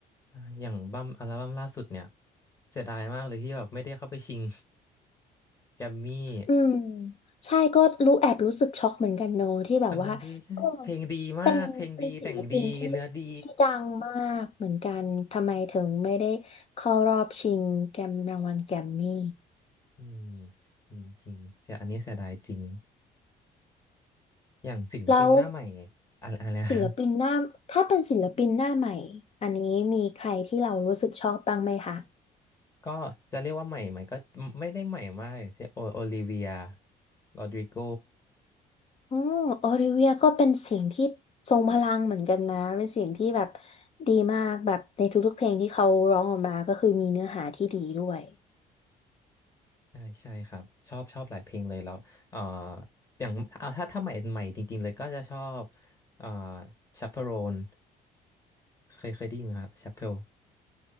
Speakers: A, on the left (about 20°); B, on the left (about 35°).
A: อ่าอย่างบัมอัลบั้มล่าสุดเนี่ยเสียดายมากเลยที่แบบไม่ได้เข้าไปชิงแกรมมี่
B: อืมใช่ก็รู้แอบรู้สึกช็อกเหมือนกันโนอะที่แบบว่าเออ
A: ทั้งทั้งที่ใช่เพลงดีมากเพลงดีแต่งดีเนื้อดี
B: เป็นเป็นศิลปินที่ที่ดังมากเหมือนกันทำไมถึงไม่ได้เข้ารอบชิงแกรมรางวัลแกรมมี่
A: อืมจริงจริงเสียอันนี้เสียดายจริงอย่างศิลปินหน้าใหม่
B: แล้ว
A: อะไรอะไรนะ
B: ศิลปินหน้าถ้าเป็นศิลปินหน้าใหม่อันนี้มีใครที่เรารู้สึกชอบบ้างไหมคะ
A: ก็จะเรียกว่าใหม่ไหมก็ไม่ได้ใหม่มากอย่างเช่นโอโอลิเวียโรดริโก
B: อืมโอลิเวียก็เป็นเสียงที่ทรงพลังเหมือนกันนะเป็นเสียงที่แบบดีมากแบบในทุกๆเพลงที่เขาร้องออกมาก็คือมีเนื้อหาที่ดีด้วย
A: ใช่ใช่ครับชอบชอบหลายเพลงเลยแล้วเอ่ออย่างเอาถ้าถ้าใหม่ใหม่จริงๆเลยก็จะชอบเอ่อชาเปโรนเคยเคยได้ยินไหมครับชาเปโร